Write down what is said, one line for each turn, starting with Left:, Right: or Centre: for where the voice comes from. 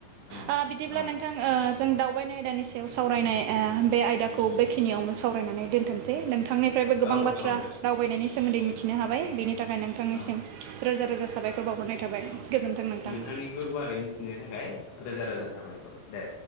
Left: औ
Right: ओ बिदिब्ला
Left: औ
Right: नोंथां ओ जों दावबायनाय दानि सायाव सावरायनाय ओ बे आयदाखौ बेखिनियावनो सावरायनानै दोन थसै नोंथांनिफ्रायबो गोबां
Left: औ
Right: बाथ्रा
Left: औ
Right: दावबायनायनि सोमोन्दै मिथिनो हाबाय बेनि थाखाय नोंथांनिसिम
Left: औ
Right: रोजा रोजा फोर बावहरनाय थाबाय
Left: औ
Right: गोजोन्थों नोंथां।
Left: नोंथांनिखौ गुवारै मिथिनो थाखाय रोजा रोजा साबायखर दे।